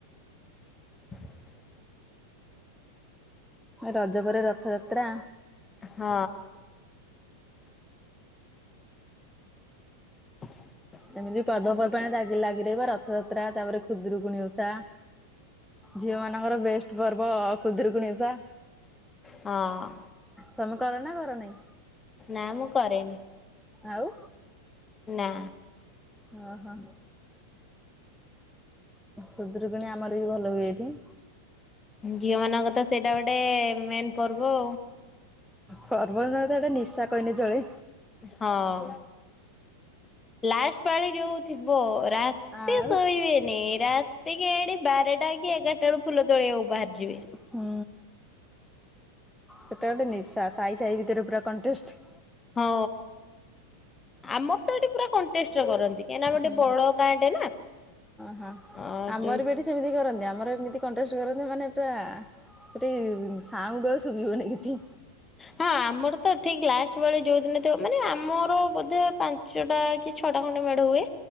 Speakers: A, on the left; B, in the centre.
A: <inaudible>
B: ରଜପରେ ରଥଯାତ୍ରା।
A: ହଁ। <inaudible>
B: ଏମିତି ପର୍ବପର୍ବାଣି
A: ତାପରେ
B: ଦାଗି ଲାଗି ରହିବ ରଥଯାତ୍ରା ତାପରେ ଖୁଦୁରୁକୁୁଣି ଓଷା। ଝିଅ ମାନଙ୍କର ବେଷ୍ଟ୍ ଗର୍ବ ଖୁଦୁରୁକୁଣିଓଶା।
A: ହଁ
B: ତମେ କର ନା କର ନାଇଁ?
A: ନା ମୁଁ କରେନି
B: ଆଉ
A: ନା
B: ହଁ ହଁ। ଖୁଦୁରୁକୁଣୀ ଆମର ବି ଭଲ ହୁଏଠି।
A: ଘିଅ ମାନଙ୍କ ତ ସେଇଟା ଗୋଟେ ମେନ୍ ପର୍ବ।
B: ପର୍ବ ନତ ଏଟେ ନିଶା କହିନେ ଜଳେ।
A: ହଁ ଲାଷ୍ଟ୍ ପାଳି ଯୋଉ ଥିବ ରା ତି
B: ଆଉ ହୁଁ।
A: ଶୋଇବେନି ରାତି କି ଏଡି ବାରଟା କି ଏଗାରଟା ରୁ ଫୁଲ ତୋଳିବାକୁ ବାହାରିଯିବେ।
B: ହୁଁ ସେଟା ଗୋଟେ ନିଶା ସାହି ସାହି ଭିତରେ ପୁରା କଣ୍ଟେଷ୍ଟ୍।
A: ହଁ ଆମର ତ ଏଠି ପୁରା କଣ୍ଟେଷ୍ଟ୍ କରନ୍ତି। କାହିଁକିନା ଆମେ ଗୋଟେ
B: ହୁଁ
A: ବଡ ଗାଁଟେ
B: ହୁଁ
A: ନା
B: ଆମର ଏଠି ସେମିତି କରନ୍ତି ଆମର ଏମିତି କଣ୍ଟେଷ୍ଟ କରନ୍ତି ମାନେ ପ୍ରା ସେଠି ସାଉଣ୍ଡୁ ଆଉ ଶୁଭିବନି କିଛି।
A: ହଁ ଆମର ତ ଠିକ୍ ଲାଷ୍ଟ୍ ପାଳି ଯୋଉଦିନ ଥିବ ମାନେ ଆମର ବୋଧେ ପାଞ୍ଚଟା କି ଛଟା ଖଣ୍ଡେ ମେଢ ହଏ।